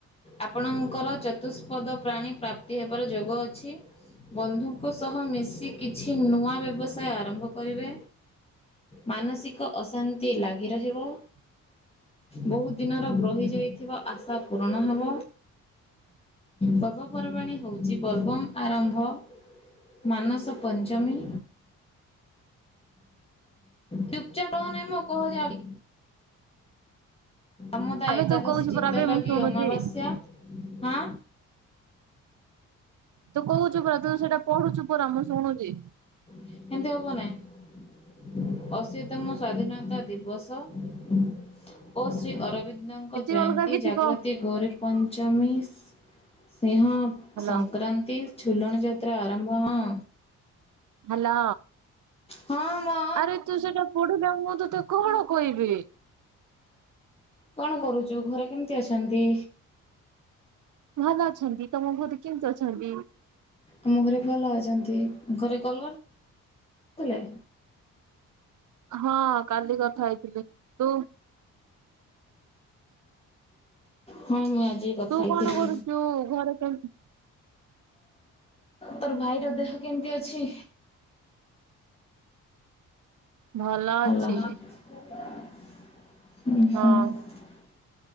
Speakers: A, on the left; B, on the right.
A: ଆପଣଙ୍କର ଚତୁଷ୍ପଦ ପ୍ରାଣୀ ପ୍ରାପ୍ତି ହେବାର ଯୋଗ ଅଛି। ବନ୍ଧୁ ଙ୍କ ସହ ମିଶି କିଛି ନୂଆ ବ୍ୟବସାୟ ଆରମ୍ଭ କରିବେ। ମାନସିକ ଅଶାନ୍ତି ଲାଗି ରହିବ। ବୋହୁତ ଦିନର ରହି ଯାଇଥିବା ଆଶା ପୂରଣ ହବ। ପର୍ବପର୍ବାଣୀ ହୋଉଚି ବୋଲବମ୍ୱ ଆରମ୍ଭ। ମାନସ ପଞ୍ଚମୀ। ଚୁପଚାପ ରହୁ ନାଁଇ ମ କହ ଯାଡି ଅମଦା
B: ଆବେ
A: ଏକାଦଶୀ
B: ତୁ କହୁଛୁ
A: ଚିତ
B: ପରା ବେ
A: ଲାଗି
B: ମୁଁ ଶୁଣୁଛି
A: ଅମାବାସ୍ୟା ହଁ।
B: ତୁ କୋହୁଚୁ ପରା ତୁ ସେଟା ପଢୁଚୁ ପରା ମୁଁ ଶୁଣୁଚି।
A: ହେମିତି ହବନାଇଁ। ଅଶୀତମ ସ୍ଵାଧୀନତା ଦିବସ ଓ ଶ୍ରୀ ଅରବି ନ୍ଦଙ୍କ
B: କିଛି
A: ଜୟନ୍ତୀ
B: ଅଲଗା କିଛି
A: ଜାଗ୍ରତି
B: କହ
A: ଗୋରୀ ପଞ୍ଚମୀ, ସିଂହ
B: ହ୍ୟାଲୋ
A: ସଂକ୍ରାନ୍ତି ଝୁଲଣ ଯାତ୍ରା ଆରମ୍ଭ ହଁ।
B: ହାଲୋ।
A: ହଁ ମ
B: ଆରେ ତୁ ସେଟା ପଢୁଥା ମୁଁ ତତେ କଣ କହିବି?
A: କଣ କରୁଚୁ ଘରେ କେମିତି ଅଛନ୍ତି?
B: ଭଲ ଅଛନ୍ତି ତମ ଘରେ କେମିତି ଅଛନ୍ତି?
A: ଆମ ଘରେ ଭଲ ଅଛନ୍ତି। ଘରେ କଲ୍ କରି ଥିଲେ?
B: ହଁ କାଲି କଥା ହେଇଥିଲି। ତୁ
A: ହଁ ମୁଁ ଆଜି କଥା
B: ତୁ
A: ହେଇଥିଲି
B: କଣ କରୁଚୁ? ଘରେ କେମି
A: ତୋର ଭାଇର ଦେହ କେମିତି ଅଛି?
B: ଭଲ
A: ହାଲୋ
B: ଅଛି।
A: ଉଁ ହୁଁ।
B: ହଁ